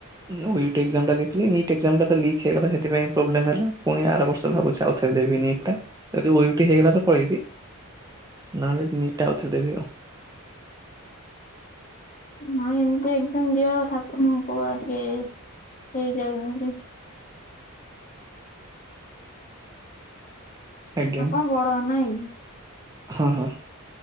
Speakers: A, on the right; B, on the left.
A: ମୁଁ ଇଉଟି ଏକଜାମଟା ଦେଇଥିଲି ନିଟ ଏକଜାମଟା ତ ଲିକ୍ ହେଇଗଲା ସେଥିପାଇଁ ପ୍ରୋବ୍ଲେମ୍ ହେଲା ପୁଣି ଆର ଭାବୁଛି ଆଉଥରେ ଦେବି ନିଟ ଟା ଯଦି ଓଉଟି ହେଇଗଲା ତ ପଳେଇବି। ନହେଲେ ନିଟ୍ ଟା ଆଉଥାରେ ଦେବି ଆଉ।
B: ହଁ ଏମିତି ଏକଜାମ୍ ଦିଅ ଠାକୁରଙ୍କୁ କୁହ ଟିକେ ହେଇଯାଉ ଏମତି।
A: ଆଜ୍ଞା।
B: ଆପଣ ବଡ ନାଇଁ?
A: ହଁ ହଁ।